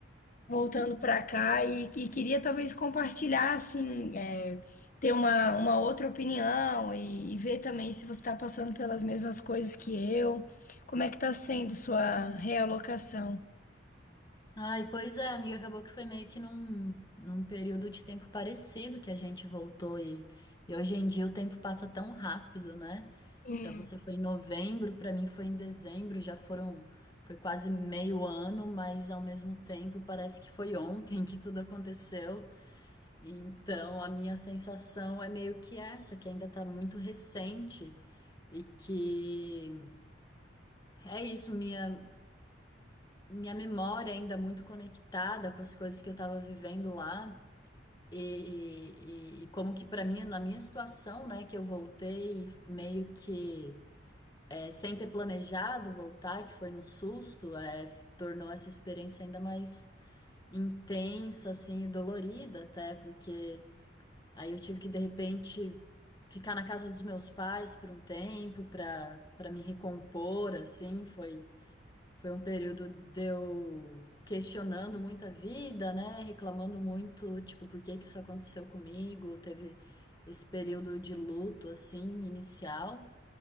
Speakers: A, on the left; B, on the left.
A: voltando para cá e, que queria talvez compartilhar, assim, é, ter uma, uma outra opinião e, e ver também se você está passando pelas mesmas coisas que eu, como é que está sendo sua realocação.
B: Ai, pois é, amiga, acabou que foi meio que num, num período de tempo parecido que a gente voltou e, e hoje em dia o tempo passa tão rápido, né?
A: Sim.
B: Pra você foi em novembro, pra mim foi em dezembro, já foram, foi quase meio ano, mas ao mesmo tempo parece que foi ontem <laughs> que tudo aconteceu. Então a minha sensação é meio que essa, que ainda tá muito recente e que É isso, minha, minha memória é ainda muito conectada com as coisas que eu estava vivendo lá. E, e- e como que para mim, na minha situação, né, que eu voltei meio que é, sem ter planejado voltar, que foi no susto, é, f- tornou essa experiência ainda mais intensa, assim, e dolorida até, porque aí eu tive que, de repente, ficar na casa dos meus pais por um tempo para para me recompor, assim, foi Foi um período de eu questionando muito a vida, né? Reclamando muito, tipo, por que que isso aconteceu comigo? Teve esse período de luto, assim, inicial.